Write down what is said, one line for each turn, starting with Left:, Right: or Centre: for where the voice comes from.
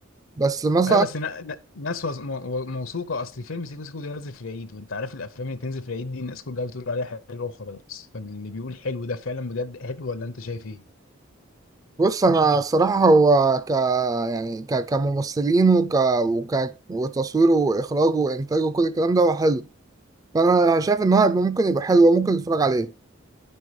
Right: بس مثلا
Left: ايوه بس نا- نا- ناس وز- مو- موثوقه اصل فيلم سيكو سيكو ده نازل في العيد وانت عارف الافلام اللي تنزل في العيد دي الناس كلها بتقول عليها حلوه وخلاص فاللي بيقول حلو ده فعلا بجد حلو ولا انت شايف ايه
Right: بص أنا الصراحة هو ك يعني ك... كممثلين وك... وك... وتصويره وإخراجه وإنتاجه وكل الكلام ده هو حلو فأنا شايف إن هو هيبقى ممكن يبقى حلو وممكن نتفرج عليه